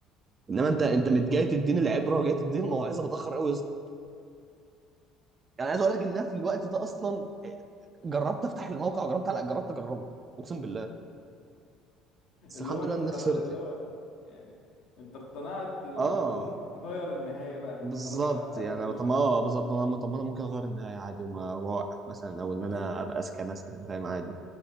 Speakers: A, on the right; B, on the left.
A: انما انت انت
B: <laughs> ايوه
A: مت- جاي تديني العبره وجاي تديني الموعظه متاخر قوي يا اسطى يعني عايز اقول لك ان أنا في الوقت ده اصلا آه، جربت افتح الموقع وجربت على جربت اجربه اقسم بالله بس
B: اللي
A: الحمد
B: هو
A: لله
B: انت
A: اني
B: خلاص
A: خسرت
B: اللي
A: يعني.
B: هو يعني انت اقتنعت وممكن
A: اه
B: تغير النهاية بقى انت
A: بالظبط
B: خلاص بقى انت هتخش
A: يعني طب ما
B: الموقع
A: اه بالظبط انا طب ما انا ممكن اغير النهايه عادي وما واقف مثلا او ان
B: أش...
A: انا ابقى اذكى مثلا فاهم عادي